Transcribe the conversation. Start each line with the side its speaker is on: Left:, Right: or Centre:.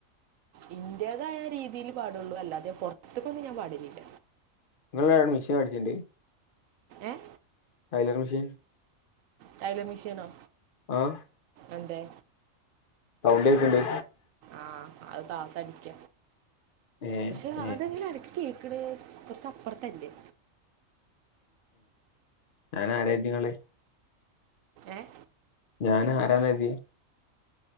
Right: ഇന്റേതായ രീതിയിൽ പാടുള്ളൂ അല്ലാതെ പൊറത്തുക്കൊന്നും ഞാൻ പാടലില്ല
Left: ഇങ്ങളാവടെ മിഷൻ അടിച്ചിണ്ട്
Right: ഏഹ്
Left: ടൈലർ മിഷൻ
Right: ടൈലർ മിഷനോ
Left: ആഹ്
Right: എന്തെ
Left: സൗണ്ട് കേക്ക്‌ന്ണ്ട്
Right: ആഹ്‌ അത് താത്തടിക്ക
Left: ഏഹ്
Right: പക്ഷെ
Left: ഏഹ്
Right: അതെങ്ങനെ അനക്ക്കേക്ണ് കൊറച് അപ്പറത്തല്ലേ
Left: ഞാനാരര്തിങ്ങള്
Right: ഏഹ്
Left: ഞാൻ ആരാന്ന് കരുതി